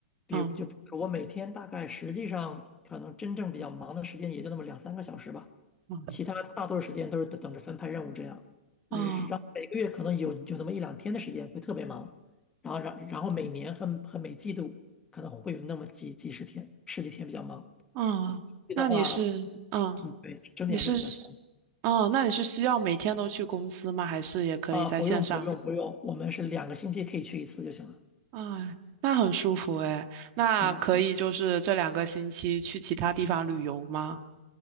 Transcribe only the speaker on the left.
比如就比如说我每天大概实际上可能真正比较忙的时间也就那么两三个小时吧，
其他大多数时间都是等等着分派任务这样。然后每个月可能有有那么一两天的时间会特别忙，
然后然然后每年和和每季度可能会有那么几几十天十几天比较忙。
你的话，
嗯，对，整体上是比较强
啊。不用不用不用，我们是两个星期可以去一次就行了。
嗯